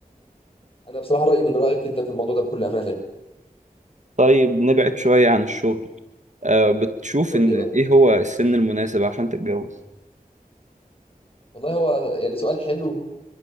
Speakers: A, on the left; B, on the right.
A: انا بصراحه رايي من رايك جدا في الموضوع ده بكل امانه يعني
B: طيب نبعد شويه عن الشغل أه بتشوف
A: قول
B: ان
A: لي بقى
B: ايه هو السن المناسب عشان تتجوز
A: والله هو يعني سؤال حلو